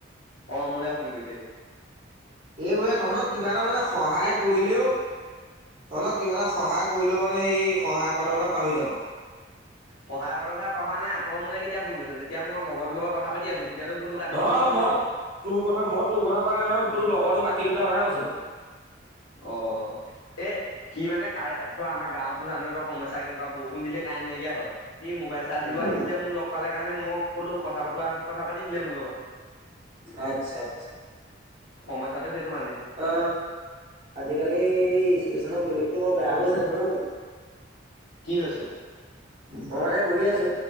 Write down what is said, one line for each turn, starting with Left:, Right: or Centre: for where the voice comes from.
Left: অ মোলে ফোন কৰিছেহি।
Right: এইবোৰে, তহঁতক কিবা এটা মানে সহায়
Left: এটা
Right: কৰিলেও তহঁক কিবা এটা সহায় কৰিলেও, মানে সেই সহায় কৰাটোৰ কথা পাহৰি থাকো।
Left: সহায় কৰাৰ কথা পঢ়া নাই। তই মোলে কেতিয়া ফোন কৰিছ, যেতিয়া মই লগৰ তৰ লগত কথা পাতি আছো। তেতিয়াতো ফোনটো কাটি
Right: নহয়
Left: দিব নোৱাৰো
Right: মই,
Left: ন
Right: তোৰ কথা মই তোৰ কথা কোৱা নাই নহয় তোৰ লগৰটো বাক কি দুটাৰ কথা কৈছো।
Left: অ', এ সি মানে কাৰে, চোৱা আমাৰ গাঁৱতটো জানয়ে তই সমস্যা কেনেকুৱা বৰষুণ দিলে কাৰেণ্ট নাইকিয়া হয়, সি মোবাইল চাৰ্জ
Right: উম,
Left: দিব আহিছিলে মোক লগ পালে কাৰণে মই ক'লো কথা পাতোঁ আহ, সি কথা পাতি দিলে মোৰ লগত।
Right: আচ্ছা আচ্ছা
Left: সমস্যাটো সেইটো মানে।
Right: অ। আজিকালি এই ষ্টেশচনৰ পৰিৱেশটো বৰ বেয়া হৈ গৈছে দেখোন। ঐ!
Left: কি হৈছে?
Right: মই মানে বহি আছো,